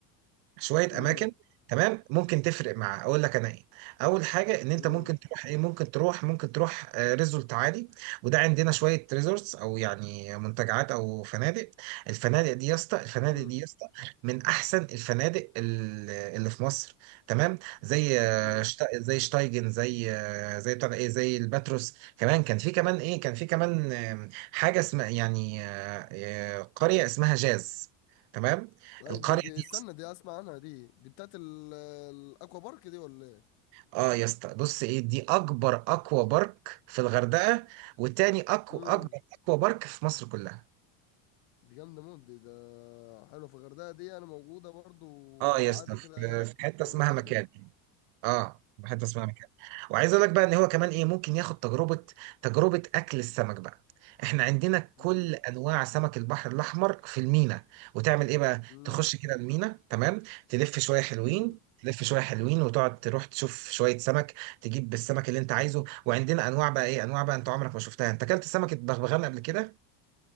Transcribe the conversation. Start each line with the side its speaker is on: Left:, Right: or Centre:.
Right: شويه
Left: امم
Right: اماكن تمام ممكن تفرق مع اقول لك انا ايه اول حاجه ان انت
Left: امم
Right: ممكن تروح ايه ممكن تروح ممكن تروح ريزولت عادي وده عندنا شويه ريزورتس او يعني منتجعات او فنادق الفنادق دي يا اسطى الفنادق
Left: امم
Right: دي يا اسطى من احسن الفنادق ال- اللي في مصر تمام زي آه،
Left: امم
Right: شتا- زي شتايجن زي آه، زي بتاع ده ايه زي الباتروس كمان كان في كمان ايه كان في كمان آه، حاجه اسمها يعني آه، آه، قريه اسمها جاز تمام
Left: أي
Right: القريه
Left: دي دي
Right: دي
Left: استنى دي اسمع عنها دي دي بتاعت ال- الاكوا بارك دي ولا ايه
Right: اه يا اسطى بص ايه دي اكبر اكوا بارك في الغردقه وتاني اكو
Left: امم
Right: اكبر اكوا بارك في مصر كلها
Left: دي جامده موت دي ده حلو في الغردقه دي انا موجوده برضو
Right: اه
Left: وعادي
Right: يا اسطى في
Left: كده اي حد
Right: في حته
Left: ممكن
Right: اسمها
Left: يروح يحجز
Right: مكان اه بحب اسمعها كده وعايز اقول لك بقى ان هو كمان ايه ممكن ياخد تجربه تجربه اكل السمك بقى احنا عندنا كل
Left: مم.
Right: انواع سمك البحر الاحمر في المينا وتعمل ايه بقى
Left: مم.
Right: تخش كده المينا تمام تلف شويه حلوين
Left: مم.
Right: تلف شويه حلوين وتقعد تروح تشوف شويه سمك تجيب السمك اللي انت عايزه وعندنا انواع بقى ايه انواع بقى انت عمرك ما شفتها انت اكلت سمكه بغبغان قبل كده
Left: مم.